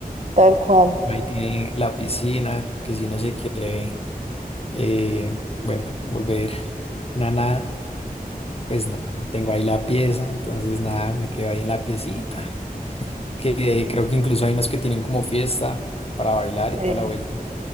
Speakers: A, on the right; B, on the left.
A: Tal cual.
B: Ahí tiene la piscina, que si uno se quiere, eh, bueno, volver una nada. Pues nada, tengo ahí la pieza, entonces nada, me quedo ahí en la piecita, que creo que incluso hay unos que tienen como fiesta para bailar
A: Sí,
B: y toda la vuelta.